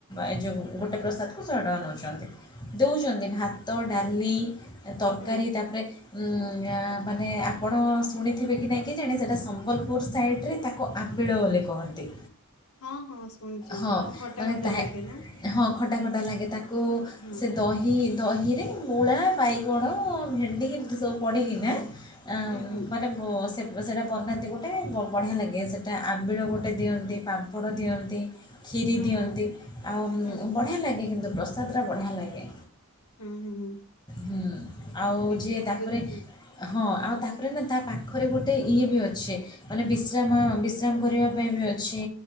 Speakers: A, on the left; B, on the left.
A: ଏ ଯେଉଁ ଗୋଟେ ପ୍ରସାଦକୁ ଶହେଟଙ୍କା ନେଉଛନ୍ତି। ଦଉଛନ୍ତି ଭାତ ଡାଲି। ତରକାରୀ
B: ହୁଁ
A: ତାପରେ ଉଁ ମାନେ ଆପଣ ଶୁଣିଥିବେ କି ନାହିଁ କେଜାଣି ସେଇଟା ସମ୍ବଲପୁର ସାଇଡ଼୍ରେ ତାକୁ ଆମ୍ବିଳ ବୋଲି କହନ୍ତି।
B: ହଁ ହଁ ଶୁଣିଛି
A: ହଁ
B: ମୁଁ କଣ କଟା
A: ମାନେ
B: କଟା
A: ତାହା
B: ଲାଗେ ନା।
A: ହଁ ଖଟା ଖଟା ଲାଗେ ତାକୁ
B: ହୁଁ ହୁଁ
A: ସେ ଦହି ଦହିରେ ମୂଳା, ବାଇଗଣ, ଭେଣ୍ଡି ଏମିତି ସବୁ ପଡ଼ିକିନା
B: ହୁଁ
A: ଆ
B: ହୁଁ ହୁଁ
A: ଗୋଟେ ସେ ସେଇଟା ବନାନ୍ତି ଗୋଟେ ବଢ଼ିଆ ଲାଗେ ସେଇଟା ଆମ୍ବିଳ ଗୋଟେ ଦିଅନ୍ତି। ପାମ୍ପଡ଼ ଦିଅନ୍ତି। ଖିରି
B: ହୁଁ
A: ଦିଅନ୍ତି,
B: ହୁଁ
A: ଆଉ
B: ହୁଁ
A: ବଢ଼ିଆ ଲାଗେ କିନ୍ତୁ ପ୍ରସାଦଟା ବଢ଼ିଆ ଲାଗେ।
B: ହୁଁ ହୁଁ
A: ହୁଁ ଆଉ
B: ହଉ ଦେଖିବି
A: ଯିଏ
B: ମୁଁ
A: ତାପରେ
B: ଯଦି ଯିବି
A: ହଁ ଆଉ ତାପରେ ନା ତା ପାଖରେ ଗୋଟେ ଇଏ ବି ଅଛି ମାନେ ବିଶ୍ରାମ ବିଶ୍ରାମ କରିବା ପାଇଁ ବି ଅଛି।